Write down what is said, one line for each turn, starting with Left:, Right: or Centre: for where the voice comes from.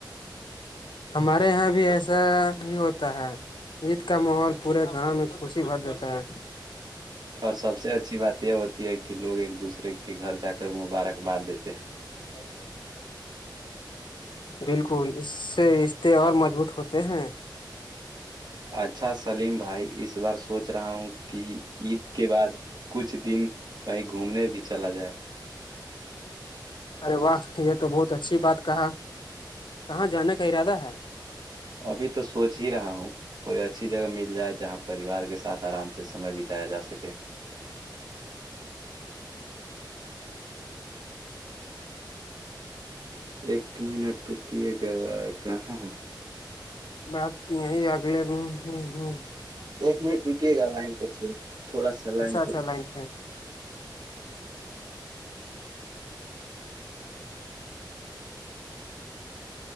Left: ہمارے یہاں بھی ایسا ہی ہوتا ہے عید کا ماحول پورے گاؤں میں خوشی بھر دیتا ہے
Right: اور سب سے اچھی بات یہ ہوتی ہے کہ لوگ ایک دوسرے کے گھر جا کر مبارکباد دیتے ہیں
Left: بہت بھائی لگا ہے بالکل اس سے رشتے اور مضبوط ہوتے ہیں
Right: اچھا سلیم بھائی اس بار سوچ رہا ہوں کہ عید کے بعد کچھ دن کہیں گھومنے بھی چلا جائے
Left: ارے واہ یہ تو بہت اچھی بات کہا کہاں جانے کا ارادہ ہے
Right: ابھی تو سوچ ہی رہا ہوں کوئی اچھی جگہ مل جائے جہاں پریوار کے ساتھ آرام سے سمے بتایا جا سکے ایک منٹ رکیے گا کہاں
Left: بات ت ہی آگل ب ہ ہوں
Right: ایک منٹ رکیے گا لائن پر چ تھوڑا سا لائن
Left: چ
Right: پر
Left: چا لائن تھ ہیں